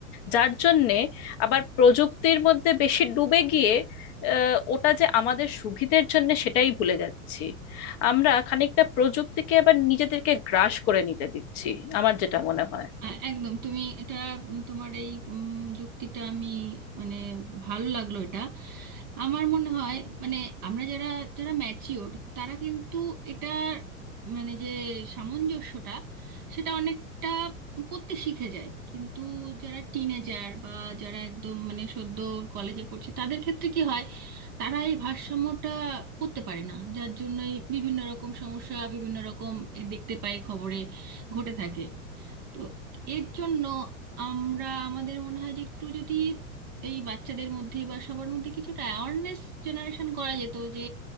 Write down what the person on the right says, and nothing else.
আ- একদম তুমি এটা উম, তোমার এই উম, যুক্তিটা আমি মানে ভালো লাগলো এটা আমার মনে হয় মানে আমরা যারা যারা ম্যাচিওর তারা কিন্তু এটা মানে যে সামঞ্জস্যটা সেটা অনেকটা করতে শিখে যায় কিন্তু যারা টিনেজার বা যারা একদম মানে সদ্য কলেজে পড়ছে তাদের ক্ষেত্রে কি হয় তারা এই ভারসাম্যটা করতে পারে না যার জন্যই বিভিন্ন রকম সমস্যা বিভিন্ন রকম এ দেখতে পাই খবরে ঘটে থাকে তো এর জন্য আমরা আমাদের মনে হয় যে একটু যদি এই বাচ্চাদের মধ্যে বা সবার মধ্যে কিছুটা অ্যাওয়ারনেস জেনারেশন করা যেত যে